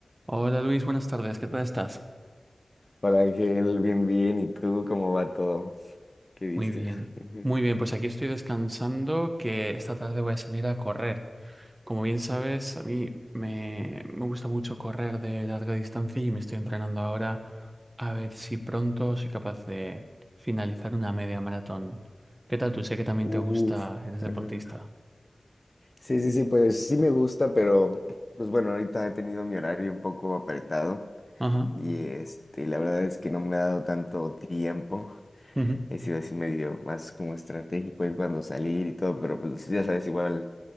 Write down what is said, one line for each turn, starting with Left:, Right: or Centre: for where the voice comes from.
Right: Hola Luis, buenas tardes, ¿qué tal estás?
Left: Hola Ángel, bien, bien. ¿Y tú cómo va todo? ¿Qué dices?
Right: Muy bien,
Left: Ujú.
Right: muy bien, pues aquí estoy descansando que esta tarde voy a salir a correr. Como bien sabes, a mí me, me gusta mucho correr de larga distancia y me estoy entrenando ahora a ver si pronto soy capaz de finalizar una media maratón. ¿Qué tal tú? Sé que también
Left: Uf.
Right: te gusta, eres deportista.
Left: Ajá. Sí, sí, sí, pues sí me gusta, pero pues bueno, ahorita he tenido mi horario un poco apretado
Right: Ajá.
Left: y este, la verdad es que no me ha dado tanto tiempo.
Right: ujú,
Left: He sido así medio más como estratégico en cuando salir y todo, pero pues ya sabes, igual